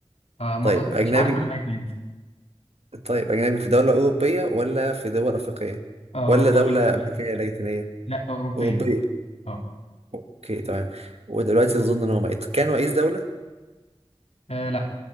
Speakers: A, on the left; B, on the right.
A: آه، ما
B: طيب
A: أظن-
B: أجنبي
A: مش عارف أنا ميت من إمتى.
B: طيب أجنبي في دولة أوروبية ولا في دول أفريقية
A: اه
B: ولا
A: هو
B: دولة
A: دولة أوروبية
B: أمريكية لاتينية
A: لا أوروبية
B: أوروبية
A: أه
B: أوكي تمام ودلوقتي أظن إن هو مات كان رئيس دولة
A: آه، لا